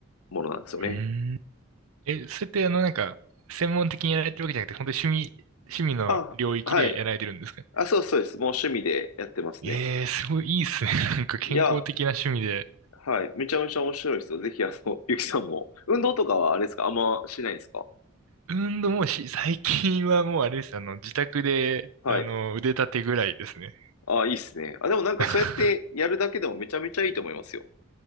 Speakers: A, on the left; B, on the right.
A: ものなんですよね。
B: ーん。え、それってあの、なんか、専門的にやられてるわけじゃなくて、本当に趣味、趣味の領域でやられてるんですか
A: あ、はい。あ、そうそうです。もう趣味でやってますね。
B: ええー、すごいいいっすね。<laughs> なんか健康的な趣味で。
A: いや、はい。めちゃめちゃ面白いですよ。ぜひ、あの、<laughs> ゆきさんも。運動とかはあれですかあんましないんですか
B: 運動もし、最近はもうあれです。あの、自宅で、
A: はい。
B: あの、腕立てぐらいですね。
A: ああ、いいっすね。あ、でもなんかそうやってやるだけでもめちゃめちゃいいと思いますよ。
B: <laughs>